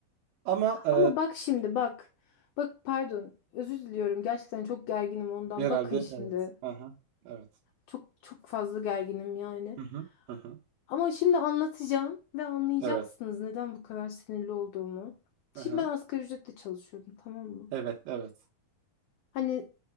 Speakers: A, on the right; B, on the left.
A: Ama e,
B: Ama bak şimdi bak. Bak pardon. Özür diliyorum. Gerçekten çok gerginim ondan.
A: herhalde
B: Bakın şimdi.
A: evet. Aha, evet.
B: Çok çok fazla gerginim yani.
A: Hı hı. Hı hı.
B: Ama şimdi anlatacağım ve anlayacaksınız
A: Evet.
B: neden bu kadar sinirli olduğumu.
A: Aha.
B: Şimdi ben asgari ücretle çalışıyorum, tamam mı?
A: Evet, evet.
B: Hani